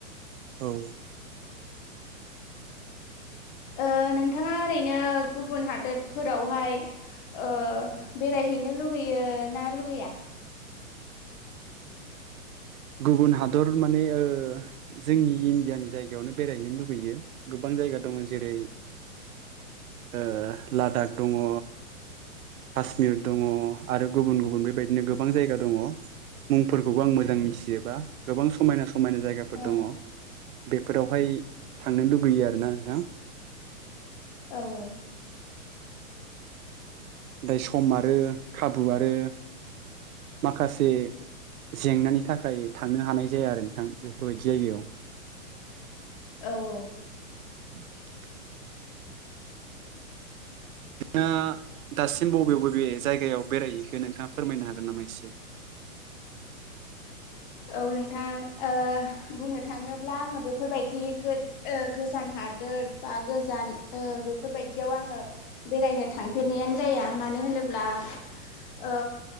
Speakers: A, on the right; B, on the left.
A: औ
B: ओ नोंथाङा ओरैनो गुबुन हादोद फोरावहाय ओ बेरायहैनो लुगैयो ना लुगैया?
A: गुबुन हादर माने ओ जोंनि इण्डियानि जायगायावनो बेरायहैनो लुगैयो गोबां जायगा दङ जेरै ओ लादाख दङ कासमिर दङ आरो गुबुन गुबुन बेबायदिनो गोबां जायगा दङ मुंफोरखौबो आं मोजां मिथिजोबा गोबां समायना समायना जायगाफोर
B: औ
A: दङ। बेफोरावहाय थांनो लुबैयो आरोना नोंथां।
B: औ औ।
A: थाय सम आरो खाबु आरो माखासे जेंनानि थाखाय थांनो हानाय जाया आरो नोंथां बेफोरबायदि जायगायाव।
B: औ औ।
A: <inaudible> थाङा दासिम बबे बबे जायगायाव बेरायहैखो नोंथाङा फोरमायनो हागोन नामा एसे?
B: औ नोंथां ओ बुंनो थाङोब्ला आङो बेफोरबायदि गोद ओ गोजान हादोर बा गोजान ओ बेफोरबायदियाव आङो बेरायनो थांफेरनायानो जाया मानो होनोब्ला ओ